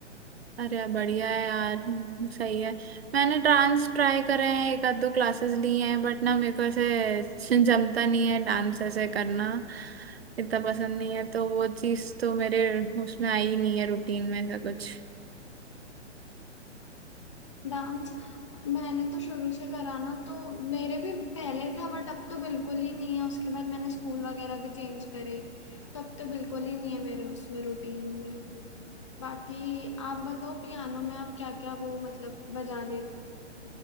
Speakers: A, on the right (about 55°); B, on the left (about 25°).
A: अरे यार बढ़िया है यार हम्म, सही है मैंने डांस ट्राई करे हैं एक आध दो क्लासेस ली हैं बट ना मेरे को ऐसे जमता नहीं है डांस ऐसे करना इतना पसंद नहीं है तो वो चीज़ तो मेरे उसमें आई ही नहीं है रूटीन में ऐसा कुछ
B: डांस मैंने तो शुरू से करा ना तो मेरे भी पहले था बट अब तो बिल्कुल ही नहीं है उसके बाद मैंने स्कूल वगैरह भी चेंज करे तो अब तो बिल्कुल ही नहीं है मेरे उसमें रूटीन में बाकी आप बताओ पियानो में आप क्या क्या वो मतलब बजा ले